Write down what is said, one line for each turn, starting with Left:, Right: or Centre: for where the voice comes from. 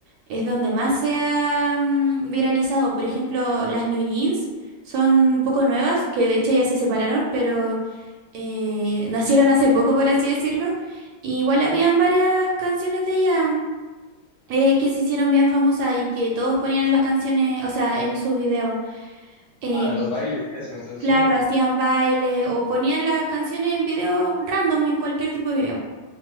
Right: Es donde más se ha mm, viralizado. Por ejemplo, las New Jeans son un poco nuevas, que de hecho ya se separaron, pero eh, nacieron hace poco, por así decirlo. Y igual habían varias canciones de ellas eh, que se hicieron bien famosas y que todos ponían en las canciones, o sea, en sus videos. Eh,
Left: Ah, los bailes y eso, ¿me estás diciendo?
Right: claro, hacían baile o ponían las canciones en videos random, en cualquier tipo de video.